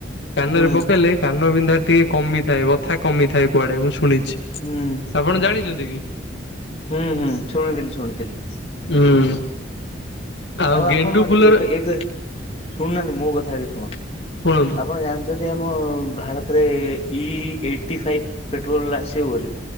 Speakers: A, on the left (about 65°); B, on the left (about 30°).
A: କାନରେ
B: ହୁଁ
A: ପକେଇଲେ କାନ ବିନ୍ଧା ଟିକେ କମିଥାଏ ବଥା କମିଥାଏ କୁଆଡେ ମୁଁ ଶୁଣିଛି।
B: ହୁଁ
A: ଆପଣ ଜାଣିଛନ୍ତି କି?
B: ହୁଁ ହୁଁ ଶୁଣିଥିଲି ଶୁଣିଥିଲି।
A: ଉଁ ଆଉ ଗେଣ୍ଡୁ
B: ଆପଣ
A: ଫୁଲରେ।
B: ଏକ ଏକ ଶୁଣୁନାହାନ୍ତି ମୋ କଥା ଆଗେ ଶୁଣ
A: ଶୁଣନ୍ତୁ
B: ଆପଣ ଜାଣି ଛନ୍ତି ଆମ ଭାରତରେ ଇ ଏଇଟି ଫାଇବ୍ ପେଟ୍ରୋଲ ଆସିବ ବୋଲି।